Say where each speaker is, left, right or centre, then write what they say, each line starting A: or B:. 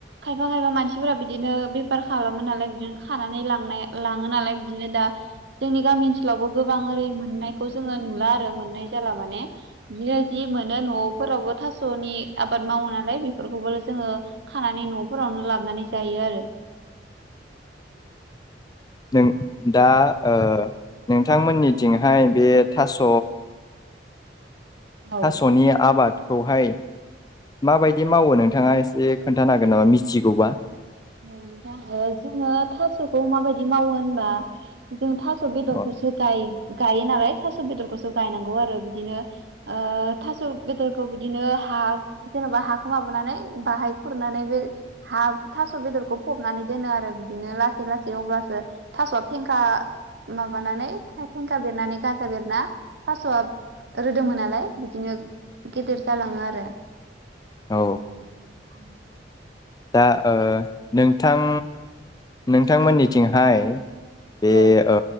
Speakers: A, on the right; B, on the left.
A: खायफा खायफा मानसिफोरा बिदिनो बेपार खालामो नालाय बिदिनो खानानै लांनाय लाङो नालाय बिदिनो दा जोंनि गामि ओनसोलावबो गोबां ओरै मोननायखौ जोङो नुला आरो मोननाय जाला माने दिनो जि मोनो न'फोरावबो थास'नि आबाद मावो नालाय बेफोरखौबो जोङो खानानै न'फोरावनो लाबनानै जायो आरो।
B: जों दा ओ नोंथांमोननिथिंहाय बे थास'
A: औ
B: थास'नि आबाद खौहाय माबायदि मावो नों थाङा एसे खोन्थानो हागोन नामा मिथिगौबा?
A: औ नथां ओ जोङो थास'खौ माबायदि मावो होनबा जों थास बेदरखौसो
B: औ
A: गाय गायो नालाय थास बेदरखौसो गायनांगौ आरो बिदिनो ओ थास' बेदरखौ बिदिनो हा जेनेबा हाखौ माबानानै बाहाय खुरनानै बे हा थास' बेदरखौ फबनानै दोनो आरो बिदिनो लासै लासै अब्लासो थास'आ फेंखा माबानानै फेंखा बेरनानै गाजा बेरना थास'आ रोदोममोन नालाय बिदिनो गेदेर जालाङो आरो।
B: औ।
A: <inaudible>
B: दा ओ नोंथां नोंथांमोननिथिंहाय बे
A: औ
B: ओ